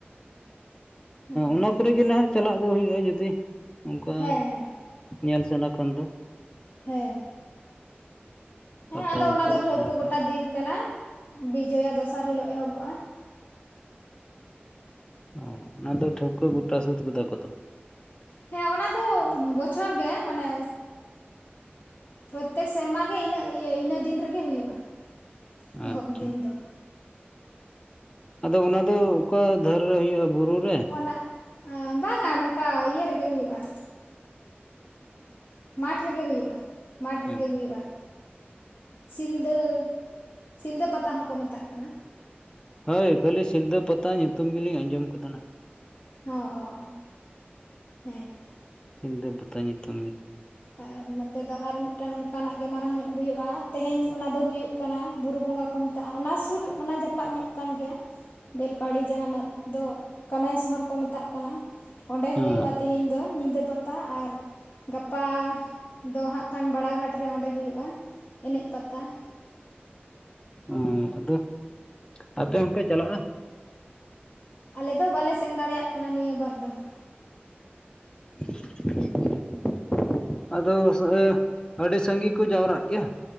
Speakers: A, on the left; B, on the left.
A: ᱦᱮᱸ
B: ᱩᱱ <inaudible>
A: ᱛᱚ
B: ᱠᱚᱨᱮ ᱜᱮ ᱱᱟᱦᱟᱜ ᱪᱟᱞᱟᱜ ᱫᱚ ᱦᱩᱭᱩᱜᱼᱟ, ᱡᱩᱫᱤ ᱚᱱᱠᱟ
A: ᱦᱮᱸ ᱦᱮᱸ
B: ᱧᱮᱞ ᱥᱟᱱᱟ ᱠᱷᱟᱱ ᱫᱚ ᱾
A: ᱦᱮᱸ ᱾ ᱦᱮᱸ
B: ᱯᱟᱛᱟ
A: ᱟᱫᱚ ᱚᱱᱟ
B: ᱯᱚᱨᱚᱵᱽ
A: ᱫᱚ ᱴᱷᱟᱹᱣᱠᱟᱹ
B: ᱧᱮᱞ ᱠᱚ
A: ᱜᱚᱴᱟ ᱫᱤᱱ ᱠᱟᱱᱟ, ᱵᱤᱡᱚᱭᱟ ᱫᱚᱥᱟᱨ ᱦᱤᱞᱚᱜ ᱮᱦᱚᱵᱚᱜᱼᱟ᱾
B: ᱚ ᱚᱱᱟ ᱫᱚ ᱴᱷᱟᱹᱣᱠᱟᱹ ᱜᱚᱴᱟ ᱥᱟᱹᱛ ᱠᱟᱫᱟ ᱠᱚ ᱛᱚ ᱾
A: ᱦᱮᱸ ᱚᱱᱟ ᱫᱚ ᱵᱚᱪᱷᱚᱨ ᱜᱮ ᱢᱟᱱᱮ ᱯᱨᱚᱛᱮᱠ ᱥᱮᱨᱢᱟ ᱜᱮ ᱤᱱᱟᱹ ᱤᱭᱟᱹ ᱤᱱᱟᱹ ᱫᱤᱱ ᱨᱮᱜᱮ ᱦᱩᱭᱩᱜᱼᱟ᱾
B: ᱟᱪᱪᱷᱟ
A: ᱮᱦᱚᱵ ᱫᱤᱱ ᱫᱚ ᱾
B: ᱟᱫᱚ ᱚᱱᱟ ᱫᱚ ᱚᱠᱟ ᱫᱷᱟᱨᱮ ᱨᱮ ᱦᱩᱭᱩᱜᱼᱟ᱾ ᱵᱩᱨᱩ ᱨᱮ?
A: ᱚᱱᱟ ᱵᱟᱝᱟ ᱱᱚᱝᱠᱟ ᱤᱭᱟᱹ ᱨᱮᱜᱮ ᱦᱩᱭᱩᱜᱼᱟ᱾ ᱢᱟᱴᱷ ᱨᱮᱜᱮ ᱦᱩᱭᱩᱜᱼᱟ, ᱢᱟᱴᱷ
B: ᱦᱮᱸ
A: ᱨᱮᱜᱮ ᱦᱩᱭᱩᱜᱼᱟ᱾ ᱥᱤᱞᱫᱟᱹ, ᱥᱤᱞᱫᱟᱹ ᱯᱟᱛᱟ ᱦᱚᱸᱠᱚ ᱢᱮᱛᱟᱜ ᱠᱟᱱᱟ ᱾
B: ᱦᱳᱭ ᱠᱷᱟᱹᱞᱤ ᱥᱤᱞᱫᱟᱹ ᱯᱟᱛᱟ ᱧᱩᱛᱩᱢ ᱜᱮᱞᱤᱧ ᱟᱸᱡᱚᱢ ᱟᱠᱟᱫᱟ ᱱᱟᱦᱟᱜ ᱾
A: ᱚ ᱚ ᱦᱮᱸ ᱛᱚ ᱾
B: ᱥᱤᱞᱫᱟᱹ ᱯᱟᱛᱟ ᱧᱩᱛᱩᱢ ᱜᱮ ᱾
A: ᱟᱨ ᱱᱚᱛᱮ ᱫᱚ ᱟᱨ ᱢᱤᱫᱴᱟᱝ ᱚᱱᱠᱟᱱᱟᱜ ᱜᱮ ᱢᱟᱨᱟᱝ ᱧᱚᱜ ᱦᱩᱭᱩᱜᱼᱟ᱾ ᱛᱮᱦᱮᱧ ᱚᱱᱟ ᱫᱚ ᱦᱩᱭᱩᱜ ᱠᱟᱱᱟ᱾ ᱵᱩᱨᱩ ᱵᱚᱸᱜᱟ ᱠᱚ ᱢᱮᱛᱟᱜᱼᱟ᱾ ᱚᱱᱟ ᱥᱩᱨ ᱚᱱᱟ ᱡᱟᱯᱟᱜ ᱧᱚᱜ ᱠᱟᱱ ᱜᱮᱭᱟ᱾ ᱵᱮᱞᱯᱟᱦᱟᱲᱤ ᱡᱟᱦᱟᱱᱟᱜ ᱫᱚ ᱠᱟᱱᱟᱭ ᱥᱚᱦᱚᱨ ᱠᱚ ᱢᱮᱛᱟᱜ ᱠᱟᱱᱟ ᱾ ᱚᱸᱰᱮ
B: ᱦᱮᱸ
A: ᱦᱩᱭᱩᱜᱼᱟ, ᱛᱤᱦᱤᱧ ᱫᱚ ᱧᱤᱫᱟᱹ ᱯᱟᱛᱟ ᱟᱨ ᱜᱟᱯᱟ ᱫᱚ ᱦᱟᱸᱜ ᱠᱷᱟᱱ ᱵᱟᱲᱟ ᱜᱷᱟᱴ ᱨᱮ ᱚᱸᱰᱮ ᱦᱩᱭᱩᱜᱼᱟ ᱮᱱᱮᱡ ᱯᱟᱛᱟ ᱾
B: ᱚᱸ ᱟᱫᱚ ᱟᱯᱮ ᱦᱚᱸᱯᱮ ᱪᱟᱞᱟᱜᱼᱟ?
A: ᱟᱞᱮ ᱫᱚ ᱵᱟᱞᱮ ᱥᱮᱱ ᱫᱟᱲᱮᱭᱟᱜ ᱠᱟᱱᱟ ᱱᱤᱭᱟᱹ ᱵᱟᱨ ᱫᱚ ᱾
B: <inaudible> ᱟᱫᱚ ᱥᱚᱦᱮ ᱟᱹᱰᱤ ᱥᱟᱸᱜᱮ ᱠᱚ ᱡᱟᱣᱨᱟᱜ ᱜᱮᱭᱟ?